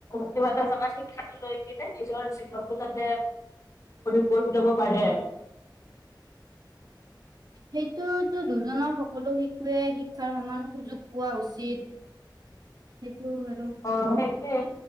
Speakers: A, on the left (about 40°); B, on the right (about 55°).
A: কিবা এটা জ শিক্ষাটো লৈ কিনে নিজৰ জীৱনটো যাতে গৈঢ়িলব পাৰে আৰু।
B: সেইটোতো দুজনৰ শিশুৱে শ শিক্ষাৰ সমান সুযোগ পোৱা উচিত। সেইটো আৰু
A: অ সেইটোৱেই,